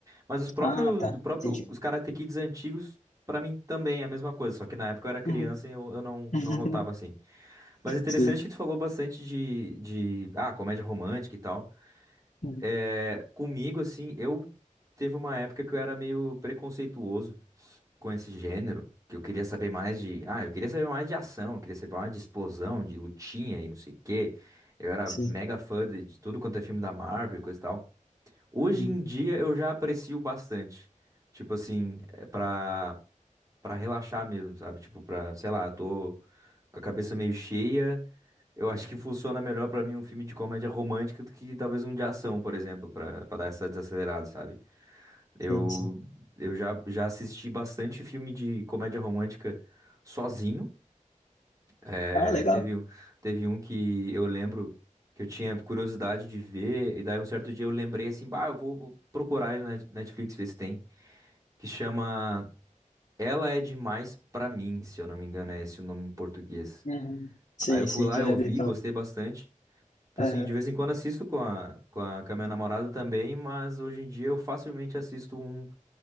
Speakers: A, on the right; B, on the left.
A: Mas os próprios,
B: Ah, tá,
A: do próprio,
B: entendi.
A: os Karate Kids antigos, pra mim também é a mesma coisa, só que na época eu era criança
B: Uhum.
A: e eu, eu não,
B: <laughs>
A: não notava assim. Mas interessante
B: Sim.
A: que tu falou bastante de, de, ah, comédia romântica e tal.
B: Uhum.
A: É, comigo, assim, eu teve uma época que eu era meio preconceituoso com esse gênero, que eu queria saber mais de, ah, eu queria saber mais de ação, eu queria saber mais de explosão, de lutinha e não sei o quê. Eu era
B: Sim.
A: mega fã de, de tudo quanto é filme da Marvel e coisa e tal. Hoje
B: Uhum.
A: em dia eu já aprecio bastante. Tipo assim, é pra. Pra relaxar mesmo, sabe? Tipo, pra, sei lá, eu tô com a cabeça meio cheia. Eu acho que funciona melhor pra mim um filme de comédia romântica do que talvez um de ação, por exemplo, pra, pra dar essa desacelerada, sabe? Eu,
B: Sim, sim.
A: eu já, já assisti bastante filme de comédia romântica sozinho. É,
B: Ah, legal.
A: teve, um- teve um que eu lembro que eu tinha curiosidade de ver, e daí um certo dia eu lembrei assim, bah, eu vou, vou procurar ele na Netflix, ver se tem, que chama ela é demais pra mim, se eu não me engano, é esse o nome em português.
B: Uhum. Sim,
A: Aí eu fui
B: sim,
A: lá,
B: já
A: eu ouvi,
B: vi, então.
A: gostei bastante. Tipo
B: Aham,
A: assim, de vez em quando assisto com a, com a, com a minha namorada também, mas hoje em dia eu facilmente assisto um,